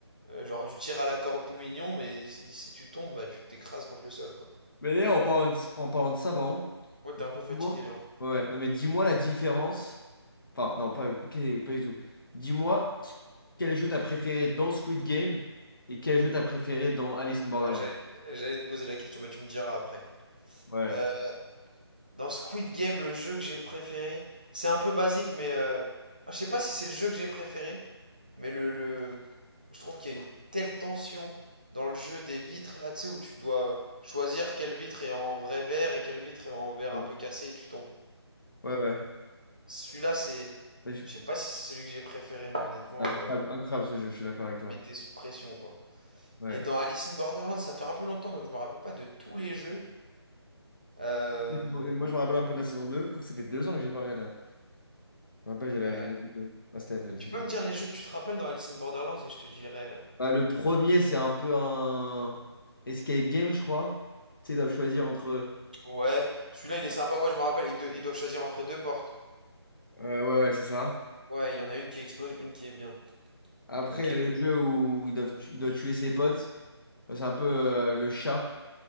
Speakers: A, on the right; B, on the left.
A: euh, genre du tir à la corde tout mignon, mais si, si tu tombes, bah, tu t'écrases contre le sol, quoi.
B: Mais d'ailleurs, en parlant de, en parlant de ça, pardon.
A: Ouais, t'es un peu fatigué,
B: Dis-moi.
A: Léon.
B: Ouais, ouais. non mais dis-moi la différence. Enfin, non, pas, que- pas du tout. Dis-moi ce- quel jeu t'as préféré dans Squid Game et quel jeu t'as préféré dans Alice in Borderland.
A: Ah, j'allais j'allais te poser la question, mais tu me diras après.
B: Ouais.
A: Euh, dans Squid Game, le jeu que j'ai préféré, c'est un peu basique, mais euh, ah, je sais pas si c'est le jeu que j'ai préféré, mais le, le, Je trouve qu'il y a une telle tension dans le jeu des vitres là, tu sais, où tu dois choisir quelle vitre est en vrai verre et quelle vitre est en verre
B: Euh,
A: un peu cassé et tu tombes.
B: Ouais, ouais.
A: Celui-là, c'est.
B: Mais je-
A: Je sais pas si c'est celui que j'ai préféré, mais honnêtement,
B: Incroyable,
A: euh,
B: incroyable ce jeu, je suis d'accord avec toi.
A: mettez sous pression, quoi.
B: Ouais.
A: Et dans Alice in Borderland, ça fait un peu longtemps, donc je me rappelle pas de tous les jeux. Euh,
B: La saison une, Moi, je me rappelle un peu de la saison 2, quoique ça fait deux ans que j'ai pas regardé. hein. Je me rappelle, j'avais
A: euh,
B: regardé. Ouais, c'était-
A: tu
B: ça
A: peux
B: fait-
A: me dire les jeux que tu te rappelles dans Alice in Borderlands et je te dirai. euh,
B: Bah, le premier, c'est un peu un escape game, je crois. Tu sais, ils doivent choisir entre.
A: Ouais, celui-là il est sympa, ouais, je me rappelle, ils, do- ils doivent choisir entre deux portes.
B: Euh, ouais, ouais, c'est ça.
A: Ouais, il y en a une qui explose, une qui est bien.
B: Après,
A: Ok,
B: il y a le jeu où il doit, il doit tuer ses potes. Enfin, C'est un peu euh, le chat.